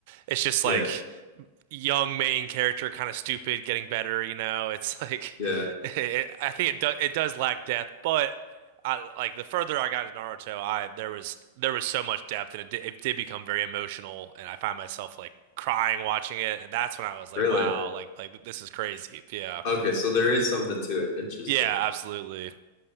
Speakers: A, on the right; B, on the left.
A: it's just
B: Yeah,
A: like young main character, kind of stupid, getting better. You know, it's like
B: yeah,
A: <laughs> it, I think it do, it does lack depth, but I like the further I got in Naruto, I there was there was so much depth, and it did, it did become very emotional, and I find myself like crying watching it, and that's when I was like,
B: really.
A: wow, like like this is crazy. Yeah,
B: Okay, so there is something to it. Interesting.
A: yeah, absolutely.